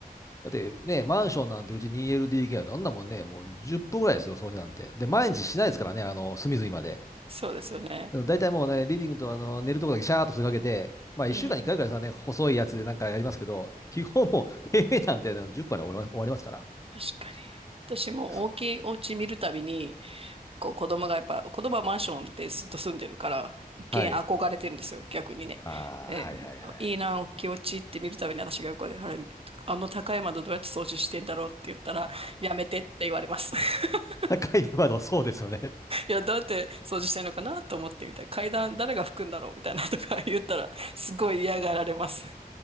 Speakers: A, on the left; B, on the right.
A: だってね、マンションなんてうち 2LDK はどんなもんね、もう10分ぐらいですよ、掃除なんて。で、毎日しないですからね、あの、隅々まで。
B: そうですよね。
A: うん大体もうね、リビングとあの寝るとこだけシャーっとすがけて、まあ1週間に1回ぐらいさ、
B: うん。
A: ね、細いやつでなんかやりますけど、基本もう平米なんてね10杯で終わります終わりますから。
B: 確かに。私も大きいお家見るたびに、
A: そ
B: こう子供がやっぱ、子供はマンションでずっと住んでるから、一見憧れてるんですよ、
A: うはい。
B: 逆にね。
A: ああ、
B: で、
A: はいはいはい。
B: いいな、大きいお気落ちって見るたびに私が横で、あれ、あの高い窓どうやって掃除してんだろうって言ったら、やめてって言われます。<laughs>
A: 高い窓、そうですよね。
B: いや、どうやって掃除してんのかなと思ってみたいな。階段誰が拭くんだろうみたいなとか言ったら、すごい嫌がられます。